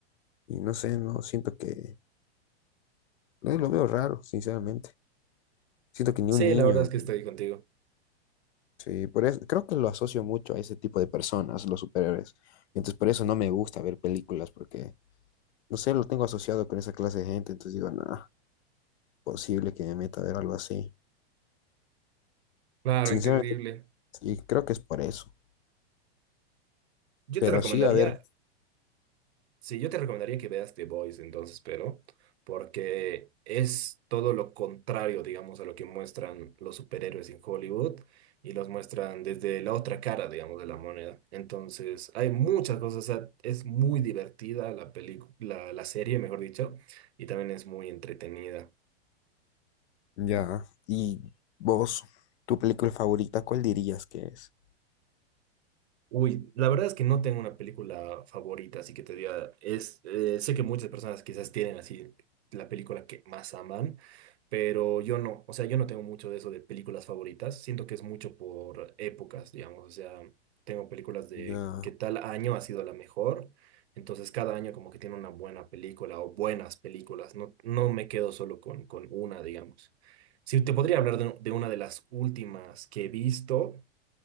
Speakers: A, on the left; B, on the right.
A: y no sé, no, siento que, no, lo veo raro, sinceramente. Siento que ni
B: Sí,
A: un niño,
B: la verdad es que estoy contigo.
A: sí, por eso, creo que lo asocio mucho a ese tipo de personas, los superhéroes. Entonces, por eso no me gusta ver películas, porque, no sé, lo tengo asociado con esa clase de gente, entonces digo, nada, posible que me meta a ver algo así.
B: Claro,
A: Sinceramente,
B: entendible.
A: sí, creo que es por eso.
B: Yo
A: Pero
B: te recomendaría
A: sí, a ver,
B: Sí, yo te recomendaría que veas The Boys entonces, pero porque es todo lo contrario, digamos, a lo que muestran los superhéroes en Hollywood y los muestran desde la otra cara, digamos, de la moneda. Entonces, hay muchas cosas, o sea, es muy divertida la película, la, la serie, mejor dicho, y también es muy entretenida.
A: ya. ¿Y vos, tu película favorita, cuál dirías que es?
B: Uy, la verdad es que no tengo una película favorita, así que te diga, es, eh, sé que muchas personas quizás tienen así la película que más aman, pero yo no, o sea, yo no tengo mucho de eso de películas favoritas, siento que es mucho por épocas, digamos, o sea, tengo películas de
A: Ya.
B: qué tal año ha sido la mejor, entonces cada año como que tiene una buena película o buenas películas, no, no me quedo solo con, con una, digamos. Si te podría hablar de de una de las últimas que he visto.